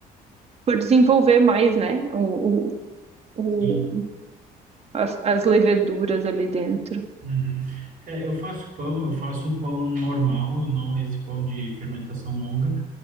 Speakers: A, on the right; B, on the right.
A: por desenvolver mais, né? O, o,
B: sim.
A: o as, as leveduras ali dentro.
B: Uhum. É, eu faço pão, eu faço pão normal, não esse pão de fermentação longa.